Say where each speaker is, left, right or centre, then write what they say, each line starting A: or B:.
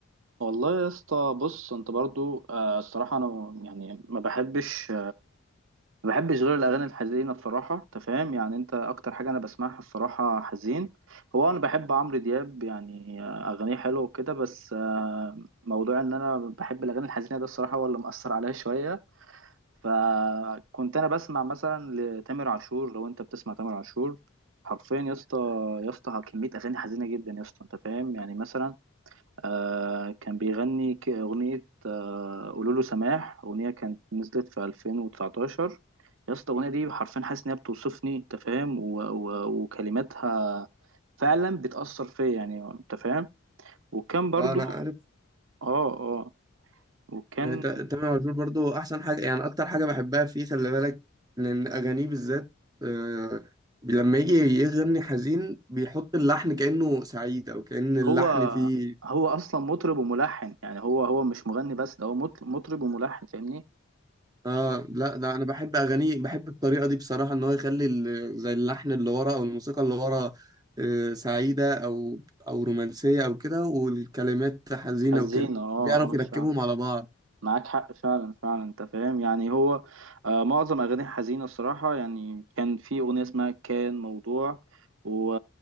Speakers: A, on the right (about 65°); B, on the right (about 20°).
A: والله يا اسطى بص انت برضو آه، الصراحة انا يعني ما بحبش ما بحبش غير الاغاني الحزينه بصراحه انت فاهم يعني انت اكتر حاجه انا بسمعها الصراحه حزين هو انا بحب عمرو دياب يعني اغانيه حلوه وكده بس آه، موضوع ان انا بحب الاغاني الحزينه ده الصراحه هو اللي مأثر عليا شويه فكنت انا بسمع مثلا لتامر عاشور لو انت بتسمع تامر عاشور حرفيا يا اسطى يا اسطى كميه اغاني حزينه جدا يا اسطى انت فاهم يعني مثلا آه كان بيغني ك- أغنية آه قولوا له سماح أغنية كانت نزلت في 2019 يا اسطى الأغنية دي حرفيا حاسس إن هي بتوصفني أنت فاهم و- و- وكلماتها فعلا بتأثر فيا يعني أنت فاهم وكان برضو
B: انا
A: آه آه وكان
B: آه، تا- تامر عاشور برضو احسن حاجه يعني اكتر حاجه بحبها فيه خلي بالك لان اغانيه بالذات آه، لما يجي يغني حزين بيحط اللحن كانه سعيد او كان اللحن
A: هو
B: فيه
A: هو أصلا مطرب وملحن يعني هو هو مش مغني بس ده هو مط- مطرب وملحن فاهمني
B: اه لا ده انا بحب اغانيه بحب الطريقه دي بصراحه ان هو يخلي ال- زي اللحن اللي ورا او الموسيقى اللي ورا آه، سعيده او او رومانسيه او كده والكلمات حزينه
A: حزين
B: وكده
A: آه
B: بيعرف
A: آه
B: يركبهم على بعض
A: معاك حق فعلا فعلا انت فاهم يعني هو آه معظم اغاني حزينه الصراحه يعني كان في اغنيه اسمها كان موضوع و...